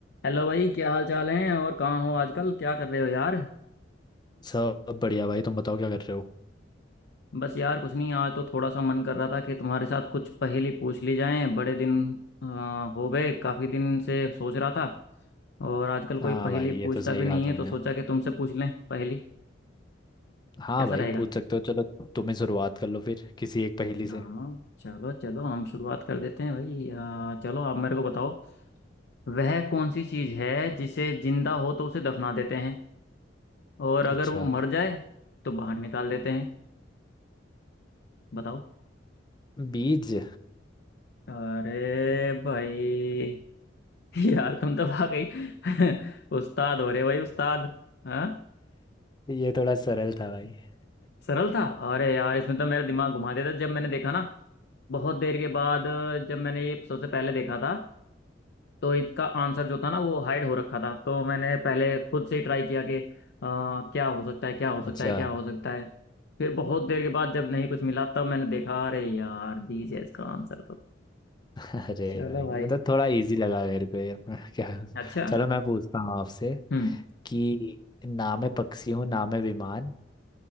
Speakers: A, on the left; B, on the left.
A: Hello भाई क्या हाल चाल है और कहाँ हो आजकल क्या कर रहे हो यार
B: सब बढ़िया भाई तुम बताओ क्या कर रहे हो
A: बस यार कुछ नहीं आज तो थोड़ा सा मन कर रहा था कि तुम्हारे साथ कुछ पहेली पूछ ली जाए बड़े दिन आ, हो गए काफी दिन से सोच रहा था और आजकल कोई
B: हाँ
A: पहेली
B: भाई ये
A: पूछता
B: तो सही
A: भी
B: कहा
A: नहीं है
B: तुमने
A: तो सोचा कि तुमसे पूछ लें पहेली
B: हाँ
A: कैसा
B: भाई
A: रहेगा
B: पूछ सकते हो चलो तुम ही शुरुआत कर लो फिर किसी एक पहेली से
A: हाँ चलो चलो हम शुरुआत कर देते हैं भाई आ, चलो आप मेरे को बताओ वह कौन सी चीज है जिसे जिंदा हो तो उसे दफना देते हैं और अगर
B: अच्छा
A: वो मर जाए तो बाहर निकाल देते हैं बताओ
B: बीज
A: अरे भाई <laughs> यार तुम तो आ गई <laughs> उस्ताद हो रहे भाई उस्ताद हाँ
B: ये थोड़ा सरल था भाई
A: सरल था अरे यार इसमें तो मेरा दिमाग घुमा देता जब मैंने देखा ना बहुत देर के बाद जब मैंने ये सबसे पहले देखा था तो इसका आंसर जो था ना वो हाइड हो रखा था तो मैंने पहले खुद से ही ट्राई किया कि आ, क्या हो सकता है क्या हो सकता
B: अच्छा
A: है क्या हो सकता है फिर बहुत देर के बाद जब नहीं कुछ मिला तब मैंने देखा अरे यार दीजिए इसका आंसर तो
B: <laughs> अरे
A: चलो
B: भाई
A: भाई
B: ये तो थोड़ा इजी लगा मेरे को ये <laughs> क्या
A: अच्छा
B: चलो मैं पूछता हूँ आपसे
A: हम्म
B: कि ना मैं पक्षी हूँ ना मैं विमान